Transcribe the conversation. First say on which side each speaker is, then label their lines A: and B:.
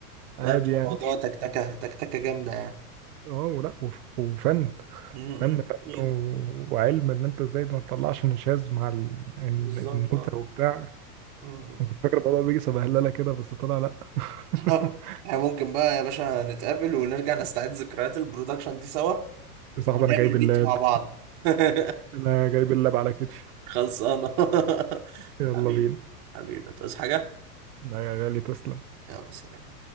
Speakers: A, on the right; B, on the right.
A: عادي
B: لا مش
A: يعني
B: موضوع تكتكة تكتكة جامدة يعني
A: اه ولا وف- وفن
B: مم،
A: فن
B: مم.
A: فن
B: اكيد
A: و- وعلم ان انت ازاي ما تطلعش نشاز مع ال- ال-
B: بالظبط
A: النوتة
B: اه
A: وبتاع
B: مم، مم.
A: كنت فاكر الموضوع بيجي سبهلله كده بس طلع لا <laughs>
B: <laughs> احنا ممكن بقى يا باشا نتقابل ونرجع نستعيد ذكريات البرودكشن دي سوا
A: يا صاحبي
B: ونعمل
A: انا جايب اللاب
B: بيت مع بعض <laughs>
A: انا جايب اللاب على كتفي
B: خلصانة <laughs>
A: يلا
B: حبيبي
A: بينا
B: حبيبي تصحى حاجة
A: لا يا غالي تسلم
B: يلا سلام